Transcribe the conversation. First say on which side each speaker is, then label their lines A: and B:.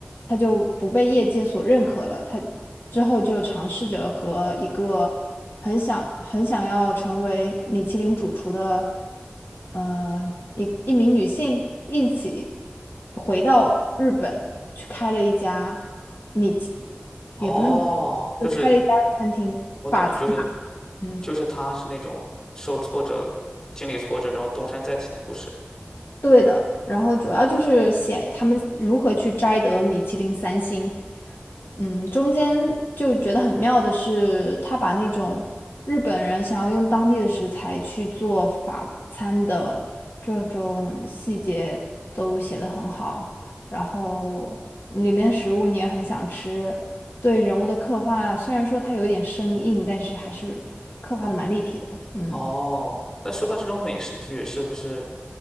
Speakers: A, on the left; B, on the left.
A: 他就不被业界所认可了。他之后就尝试着和一个很想很想要成为米其林主厨的，呃，一一名女性一起回到日本去开了一家米其，
B: 哦，
A: 也不是说米其
B: 就是
A: 林就开了一家餐厅，
B: 我懂了，
A: 法餐吧，
B: 就是
A: 嗯。
B: 就是他是那种受挫折、经历挫折，然后东山再起的故事。
A: 对的，然后主要就是写他们如何去摘得米其林三星。嗯，中间就觉得很妙的是，他把那种日本人想要用当地的食材去做法餐的这种细节都写得很好，然后里面的食物你也很想吃，对人物的刻画虽然说它有点生硬，但是还是刻画的蛮立体的。嗯。
B: 哦，那说到这种美食剧，是不是？